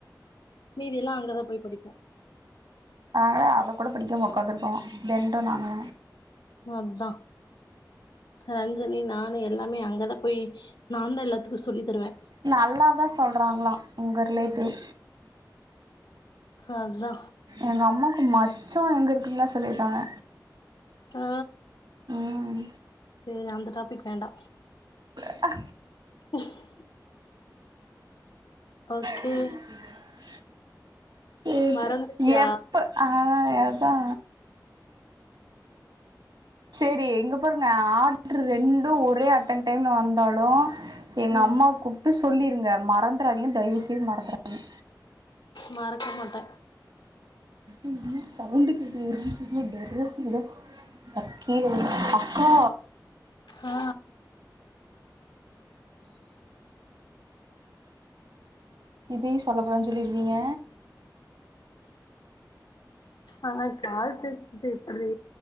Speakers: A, on the left; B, on the right.
A: மீதியெல்லா அங்கதா போய் படிப்போ
B: நாங்களே அத கூட படிக்காம உக்காந்துருக்கோம் தெண்ட நானு
A: நா தா ரஞ்சனி நானு எல்லாமே அங்க தா போயி நா தா எல்லாத் சொல்லி தருவே
B: நல்லா தா சொல்கிறாங்களா உங்க ரிலேட்டிவ்
A: அத தா
B: எங்க அம்மாக்கு மச்சம் எங்க இருக்குன்னுல்லா சொல்லிருக்காங்க
A: ஆ
B: ம்
A: இல்ல அந்த டாபிக் வேண்டா
B: இல்ல ஆ
A: ம் ஓகே
B: ம் பேச
A: மறந்துட்டியா
B: எப்ப ஆ அதா சேரி எங்க இங்க பாருங்க ஆடர் ரெண்டு ஒரே அட்டன் டைம்ல வந்தாலு எங்க
A: ம்
B: அம்மாக்கு சொல்லிருங்க மறந்துரதிங்க தயவு செய்து மறந்துரதிங்க
A: மறக்க மாட்டே
B: இங்க எங்கே சவுண்டு கேட்டது ஒரு நிமிஷ இரு கீழ விழுந்து அக்கா
A: ஆ
B: இதயு சொல்ல கூடதுன்னு சொல்லிருவீங்க
A: ஆனா கால் பேசறது இப்படி